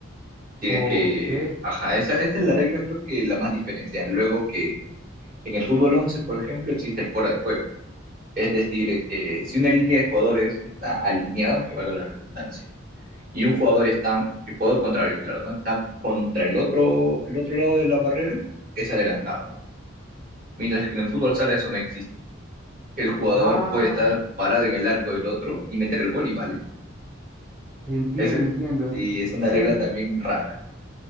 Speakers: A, on the right; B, in the centre.
A: Tienes
B: Ok.
A: que... Ajá, esa, esta es la regla creo que la más diferencial. Luego que en el fútbol 11, por ejemplo, existe el fuera de juego. Es decir, eh, que si una línea de jugadores está alineada, aunque valga la redundancia, y un jugador está, el jugador contrario, claro, ¿no? Está contra el otro, el otro lado de la barrera, es adelantado. Mientras que en el fútbol sala eso no existe. El jugador
B: Ah,
A: puede estar parado en el arco del otro y meter el gol y vale.
B: Entiendo,
A: Ese,
B: entiendo.
A: sí, es
B: Siento,
A: una regla también rara.